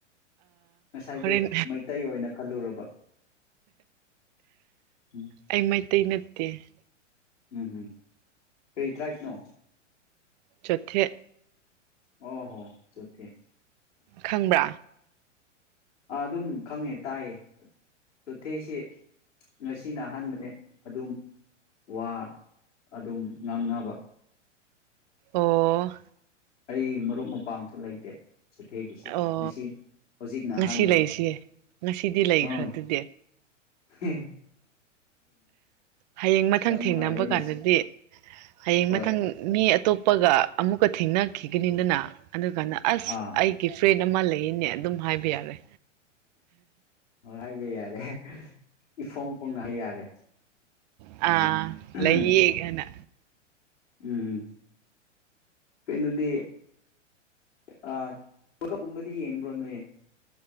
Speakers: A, on the left; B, on the right.
A: ꯉꯁꯥꯏꯗꯨ
B: ꯍꯣꯔꯦꯟ
A: ꯃꯩꯇꯩ ꯑꯣꯏꯅ ꯈꯜꯂꯨꯔꯕ ꯎꯝ
B: ꯑꯩ ꯃꯩꯇꯩꯅ ꯀ <unintelligible>
A: ꯎꯝ ꯎꯝ ꯀꯔꯤ ꯇ꯭ꯔꯥꯏꯞꯅꯣ
B: ꯆꯠꯊꯦꯛ
A: ꯑꯣ ꯍꯣ ꯆꯊꯤ
B: ꯈꯪꯕ꯭ꯔꯥ
A: ꯑꯗꯨꯝ ꯈꯪꯉꯦ ꯇꯥꯏꯌꯦ ꯆꯣꯊꯦꯁꯤ ꯉꯁꯤꯅ ꯑꯍꯥꯟꯕꯅꯦ ꯑꯗꯨꯝ ꯋꯥ ꯑꯗꯨꯝ ꯉꯥꯡꯅꯕ
B: ꯑꯣ
A: ꯑꯩ ꯃꯔꯨꯞ ꯃꯄꯥꯡꯁꯨ ꯂꯩꯇꯦ ꯆꯨꯊꯦꯛꯒꯤꯁꯦ
B: ꯑꯣ
A: ꯃꯁꯤ ꯍꯧꯖꯤꯛꯅ
B: ꯉꯁꯤ
A: ꯑꯍꯥꯟꯕꯅꯦ
B: ꯂꯩꯁꯤꯌꯦ ꯉꯁꯤꯗꯤ ꯂꯩꯈ꯭ꯔ
A: ꯍꯣꯏ
B: ꯑꯗꯨꯗꯤ
A: ꯍꯦ
B: ꯍꯌꯦꯡ ꯃꯊꯪ ꯊꯦꯡꯅꯕ
A: ꯅꯨꯡꯉꯥꯏꯔꯦꯅꯦ
B: ꯀꯥꯟꯗꯗꯤ ꯍꯌꯦꯡ
A: ꯍꯣꯏ
B: ꯃꯊꯪ ꯃꯤ ꯇꯣꯞꯄꯒ ꯑꯃꯨꯛꯀ ꯊꯦꯡꯅꯈꯤ ꯒꯤꯅꯤꯗꯅꯥ ꯑꯗꯨ ꯀꯥꯟꯗ ꯑꯁ
A: ꯑꯥ
B: ꯑꯩꯒꯤ ꯐ꯭ꯔꯦꯟ ꯃꯥ ꯂꯩ ꯏꯅꯦ ꯑꯗꯨꯝ ꯍꯥꯏꯕ ꯌꯥꯔꯦ
A: ꯍꯥꯏꯕ ꯌꯥꯔꯦ ꯏꯐꯣꯡ ꯐꯣꯡꯅ ꯍꯥꯏꯕ ꯌꯥꯔꯦ
B: ꯑꯥ
A: ꯎꯝ ꯎꯝ
B: ꯂꯩꯌꯦ ꯍꯥꯏꯅ
A: ꯎꯝ ꯀꯩꯅꯣꯗꯤꯀꯞꯀꯨꯝꯕꯗꯤ ꯌꯦꯡꯕ꯭ꯔꯣ ꯅꯣꯏ